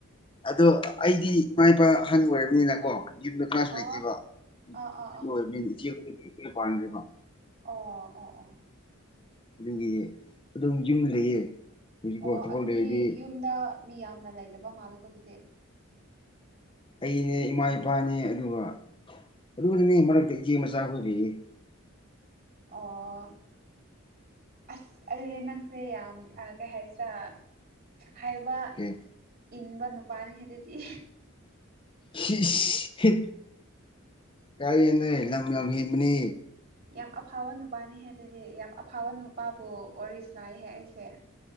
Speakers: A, on the left (about 25°); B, on the right (about 45°).
A: ꯑꯗꯣ ꯑꯩꯗꯤ ꯏꯃꯥ ꯏꯄꯥ ꯑꯍꯜ ꯑꯣꯏꯔꯕꯅꯤꯅ ꯀꯣ ꯌꯨꯝꯗ ꯀꯅꯥꯁꯨ
B: ꯑꯣ
A: ꯂꯩꯇꯦꯕ
B: ꯑꯥ ꯑꯥ
A: ꯑꯗꯨ
B: ꯑꯥ
A: ꯑꯣꯏꯕꯒꯤ ꯏꯆꯦ ꯀꯩ ꯀꯩ ꯄꯥꯟꯒꯔꯦꯕ
B: ꯑꯣ ꯑꯣ ꯑꯣ
A: ꯑꯗꯨꯒꯤ ꯑꯗꯨꯝ ꯌꯨꯝ ꯂꯩꯌꯦ ꯍꯧꯖꯤꯛꯀꯣ
B: ꯑꯣ
A: ꯊꯕꯛ
B: ꯑꯗꯨꯗꯤ
A: ꯂꯩꯔꯗꯤ
B: ꯌꯨꯝꯗ ꯃꯤ ꯌꯥꯝꯅ ꯂꯩꯇꯕ ꯃꯥꯜꯂꯦꯀꯣ ꯑꯗꯨꯗꯤ
A: ꯑꯩꯅꯦ ꯏꯃꯥ ꯏꯄꯥꯅꯦ ꯑꯗꯨꯒ ꯑꯗꯨꯈꯇꯅꯦ ꯃꯔꯛꯇ ꯏꯆꯦ ꯃꯆꯥ ꯍꯣꯏ ꯂꯩꯌꯦ
B: ꯑꯣ ꯑꯁ ꯑꯗꯨꯗꯤ ꯅꯪꯁꯦ ꯌꯥꯝ ꯑꯥ ꯀꯩ ꯍꯥꯏꯁꯤꯔꯥ ꯍꯥꯏꯕ
A: ꯑꯣꯀꯦ
B: ꯏꯟꯕ ꯅꯨꯄꯥꯅꯤ ꯍꯦ ꯑꯗꯨꯗꯤ
A: ꯁꯤꯁ ꯀꯥꯏꯗꯅꯣꯍꯦ ꯂꯝ ꯌꯥꯝ ꯍꯦꯟꯕꯅꯦ
B: ꯌꯥꯝ ꯑꯐꯕ ꯅꯨꯄꯥꯅꯤꯍꯦ ꯑꯗꯨꯗꯤ ꯌꯥꯝ ꯑꯐꯥꯎꯕ ꯅꯨꯄꯥꯕꯨ ꯋꯥꯔꯤ ꯁꯅꯥꯍꯦ ꯑꯩꯁꯦ